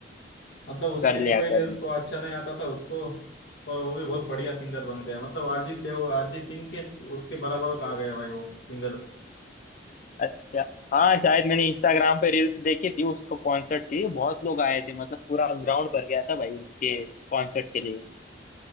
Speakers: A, on the left; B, on the left.
A: मतलब उसके
B: कर
A: भी
B: लिया
A: पहले
B: कर
A: उसको
B: लिया
A: अच्छा नहीं आता था उसको पर वो भी बहुत बढ़िया सिंगर बन गया मतलब अरिजीत ले वो अरिजीत सिंह के उसके बराबर का आ गया भाई वो सिंगर
B: अच्छा हाँ शायद मैंने इंस्टाग्राम पे रील्स देखी थी उसको कॉन्सर्ट की बहुत लोग आए थे मतलब पूरा ग्राउंड भर गया था भाई उसके कॉन्सर्ट के लिए